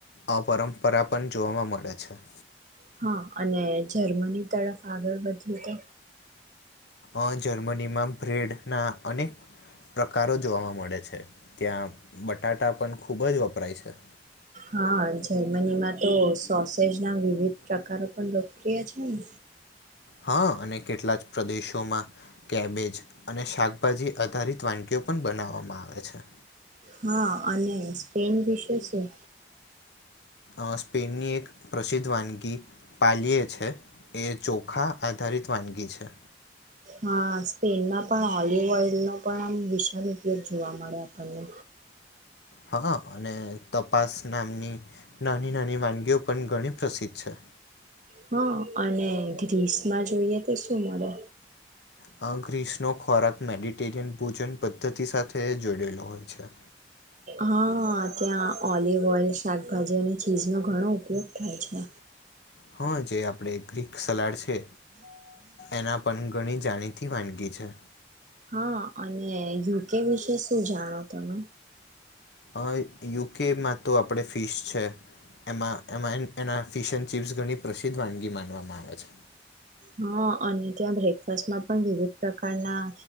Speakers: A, on the left; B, on the right.
A: આ પરંપરા પણ જોવાવા મળે છે.
B: હા અને જર્મની તરફ આગળ વધએ તો
A: અહ જર્મનીમાં બ્રેડના અને પ્રકારો જોવા મળે છે. ત્યાં બટ ટાટા પણ ખુબ જ વપરાય છે.
B: હા જર્મનીમાં તો સોસેજ ના વિવિધ પ્રકારો પણ લોકપ્રિય છે ને?
A: હા અને કેટલા જ પ્રદેશોમાં કેબેજ અને શાકભાજી આધારિત વાનગીઓ પણ બનાવવામાં આવે છે.
B: હા અને સ્પેન વિશે શું?
A: અહ સ્પેનની એક પ્રસિદ્ધ વાનગી પાલયે છે એ ચોખા આધારિત વાનગી છે.
B: હા સ્પેનમાં પણ ઓલિવ ઓઈલનો પણ આ વિશાળ ઉપયોગ જોવા મળે આપણને.
A: હા અને તપાસ નામની નાની નાની વાનગીઓ પણ ઘણી પ્રસિદ્ધ છે.
B: હા અને ગ્રીસમાં જોઈએ તો શું મળે?
A: અ ગ્રીસનો ખોરાક મેડિટેરિયન ભોજન પદ્ધતિ સાથે જોડેલો હોય છે
B: હાઆ. ત્યાં ઓલિવ ઓઇલ શાકભાજી અને ચીઝનો ઘણો ઉપયોગ થાય છે.
A: હા જે આપડે ગ્રીક સલાડ છે એના પણ ઘણી જાણીતી વાનગી છે.
B: હા અને યુકે વિશે શું જાણો તમે?
A: અહ યુકેમાં તો આપણે ફીશ છે, એમાં એમાં એના ફિશન ચિપ્સ ઘણી પ્રસિદ્ધ વાનગી માનવામાં આવે છે.
B: હા અને ત્યાં બ્રેકફાસ્ટમાં પણ વિવિધ પ્રકારના